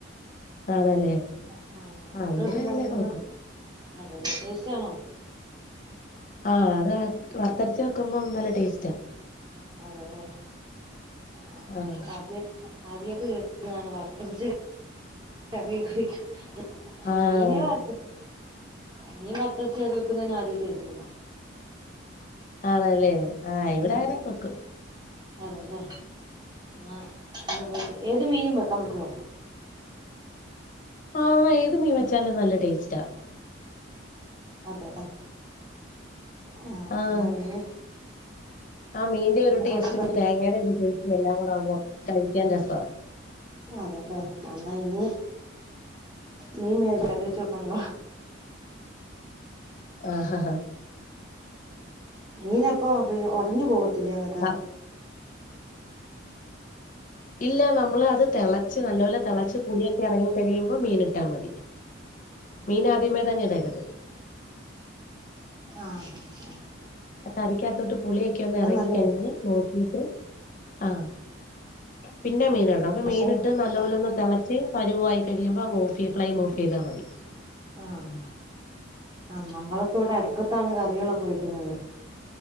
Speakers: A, on the left; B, on the right.
A: ആണല്ലേ
B: ആ നമ്മടിവിടെന്ന്
A: ആഹ് ഇവിടെ അങ്ങനെയൊക്കെ
B: അങ്ങനൊന്നും
A: വെക്കും
B: <unintelligible> ച്ചാണോ?
A: ആഹ് അത് വറത്തരച്ച വെക്കുമ്പോ നല്ല ടേസ്റ്റാ
B: അതേല്ലെ ആ <unintelligible>
A: ആഹ്
B: ആദ്യമായിട്ട് കേക്കുന്നതാണ് വറത്തരച്ച് കറിയൊക്കെ വെക്കുന്നെ
A: ആഹ്
B: മീന് വർത്ത് മീൻ വറുത്തിട്ട് കറി വെക്കുന്നത് ഞാനാദ്യമായിട്ട് കേക്കുന്നയ
A: ആണല്ലേ ആഹ് ഇവിടെ
B: ഉം
A: അങ്ങനെക്കെ വെക്കും
B: അതെല്ലേ ആ ഒന്ന് പോയിട്ട് ഏത് മീനും വെക്കാൻ പറ്റോ?
A: ആ ഏത് മീൻ വെച്ചാലും നല്ല ടേസ്റ്റാ
B: അതെല്ലെ ആ
A: ആഹ്
B: എന്ന ഇനി
A: ആ മീന്റെ
B: ഇനി
A: ഒരു ടേസ്റ്റും
B: കൊറച്ച്
A: തേങ്ങയുടെ ഒരു ടേസ്റ്റും എല്ലാം കൂടെ ആകുമ്പോ കഴിക്കാൻ രസവാ
B: അതെല്ലേ എന്നായിനി മീൻമേടിച്ച് കറിവെച്ച് വെക്കണില്ല
A: ആഹ്
B: മീനപ്പ്പോ പിന്നെ ഉടഞ്ഞു പോവ തലങ്ങത്ത
A: ആ ഇല്ല നമ്മൾ അത് തിളച്ച് നല്ലപോലെ തിളച്ച് പുൊടിയൊക്കെ ഇറങ്ങി കഴിയുമ്പോൾ മീൻ ഇട്ടാ മതി മീൻ ആദ്യമേ തന്നെ ഇടരുത്
B: ആഹ ആഹ ആഹ
A: കറിക്കാത്തോട്ട് പുളിയൊക്കെ ഒന്ന് ഇറങ്ങിിക്കഴിഞ്ഞ്
B: നല്ല
A: നോക്കിട്ട് ആഹ പിന്നെ മീൻ ഇടണം അപ്പൊ
B: പക്ഷെ
A: മീൻ ഇട്ട് നല്ല പോോലെന്ന തിളച്ച് പരുവായിയി കഴിയുമ്പോ അങ് ഓഫ് ചെയ് പ്ലൈം ഓഫ് ചെയ്ാൽ മതി
B: ആഹ ആ നമ്മളൊക്കെ ഇവിടെ അടുപ്പത്താണ് കറികളൊക്കെ വെക്കുന്നത്